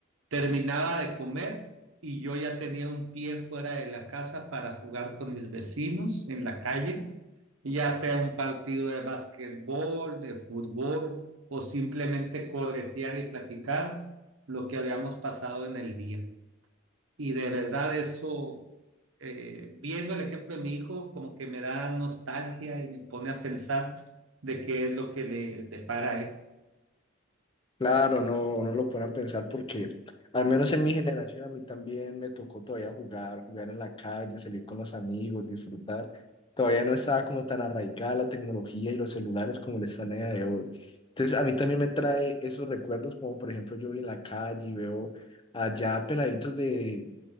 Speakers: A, on the right; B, on the left.
A: terminaba de comer y yo ya tenía un pie fuera de la casa para jugar con mis vecinos en la calle, ya sea un partido de básquetbol, de fútbol o simplemente corretear y platicar lo que habíamos pasado en el día. Y de verdad eso eh, viendo el ejemplo de mi hijo, como que me da nostalgia y me pone a pensar de qué es lo que le depara a él.
B: Claro, no, no lo pone a pensar porque al menos en mi generación a mí también me tocó todavía jugar, jugar en la calle, salir con los amigos, disfrutar. Todavía no estaba como tan arraigada la tecnología y los celulares como lo están a día de hoy. Entonces a mí también me trae esos recuerdos como por ejemplo yo voy en la calle y veo allá peladitos de